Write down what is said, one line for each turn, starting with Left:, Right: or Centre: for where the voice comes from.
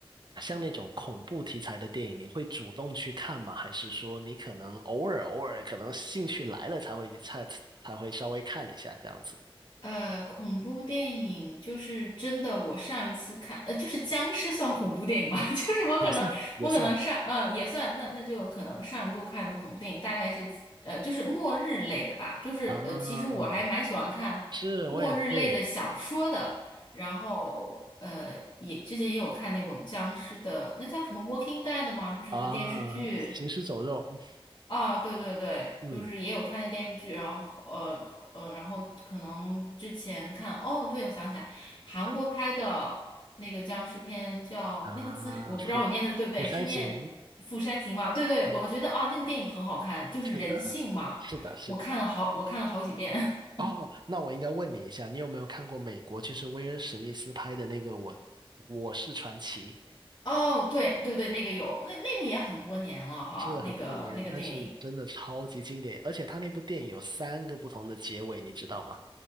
Right: 像那种恐怖题材的电影，你会主动去看吗？还是说你可能偶尔偶尔可能兴趣来了才会才才会稍微看一下这样子？
Left: 呃，恐怖电影就是真的。我上一次看，呃，就是僵尸算恐怖电影吗？<laughs> 就是我可能，
Right: 也算也算
Left: 我可能上，呃，也算。那那就可能上一部看的恐怖电影大概是，呃，就是末日类的吧。就是呃，
Right: 啊，
Left: 其实我还蛮喜欢看末日类的小说的。
Right: 是我也是
Left: 然后呃，也之前也有看那种僵尸的，那叫什么《Walking Dead》吗？就是那个电视剧。
Right: 啊，行尸走肉，
Left: 啊，对对对，
Right: 嗯
Left: 就是也有看那个电视剧，然后呃就呃，然后可能之前看，哦，对，我想起来，韩国拍的那个僵尸片叫那个字是我不知道我念的对不对，
Right: 啊，釜釜山行，
Left: 是念《釜山行》吗？对对，
Right: 嗯，
Left: 我觉得啊，那个电影很好看，就是人性嘛，
Right: 是的，是的，是的。
Left: 我看了好，我看了好几遍。<laughs>
Right: 哦，那我应该问你一下，你有没有看过美国就是威尔史密斯拍的那个我我是传奇？
Left: 哦，对对对，那个有，那那个也很多年了哈，
Right: 是很多年，
Left: 那个那个电影。
Right: 但是真的超级经典，而且他那部电影有三个不同的结尾，你知道吗？